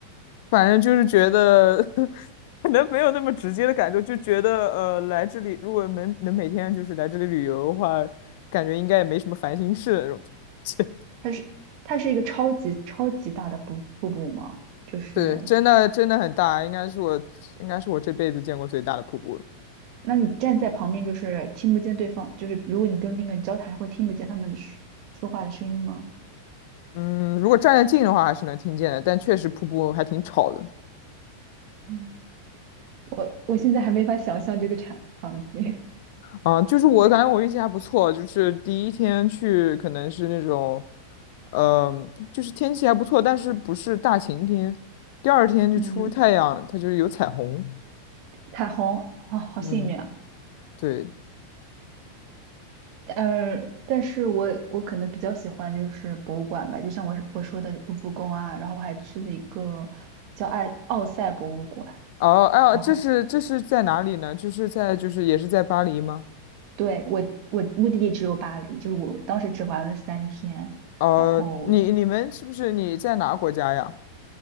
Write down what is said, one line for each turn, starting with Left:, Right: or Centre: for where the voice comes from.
Left: 反正就是觉得 <laughs> 可能没有那么直接的感受，就觉得呃，来这里如果能能每天就是来这里旅游的话，感觉应该也没什么烦心事那种。<laughs>
Right: 它是它是一个超级超级大的瀑瀑布嘛，就是
Left: 对，真的真的很大，应该是我应该是我这辈子见过最大的瀑布了。
Right: 那你站在旁边就是听不见对方，就是如果你跟另一个人交谈，会听不见他们说说话的声音吗？
Left: 嗯，如果站得近的话还是能听见的，但确实瀑布还挺吵的。
Right: 嗯，我我现在还没法想象这个场场景。
Left: 啊，就是我感觉我运气还不错，就是第一天去可能是那种，嗯、就是天气还不错，但是不是大晴天。第二天就出太阳，
Right: <laughs> 嗯，
Left: 它就是有彩虹。
Right: 彩虹啊，好幸运啊。
Left: 嗯，对。
Right: 呃，但是我我可能比较喜欢就是博物馆吧，就像我我说的卢浮宫啊，然后我还去了一个叫爱奥赛博物馆。
Left: 哦，哎呀，
Right: 然后。
Left: 这是这是在哪里呢？这是在就是也是在巴黎吗？
Right: 对，我我目的地只有巴黎，就是我当时只玩了三天，
Left: 呃，
Right: 然后
Left: 你你们是不是你在哪个国家呀？